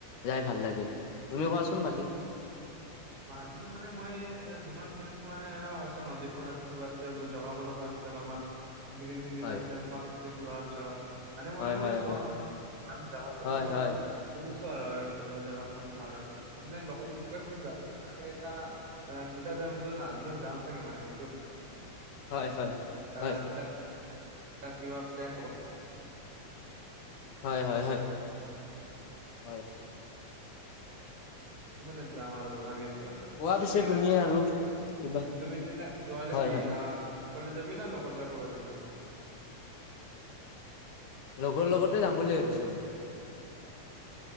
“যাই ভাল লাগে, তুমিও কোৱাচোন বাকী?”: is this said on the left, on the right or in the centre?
Left